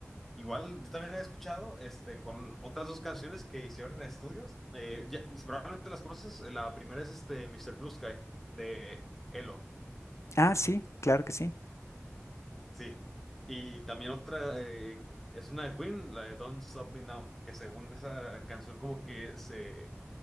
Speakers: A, in the centre; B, on the left.
A: Igual yo también he escuchado este, con otras dos canciones que hicieron en estudios. Eh, ya- y probablemente las conoces. eh, La primera es este, Mister Blue Sky de Elo.
B: Ah, sí, claro que sí.
A: Sí. Y también otra eh, es una de Queen, la de Don't Stop Me Now, que según esa canción como que se,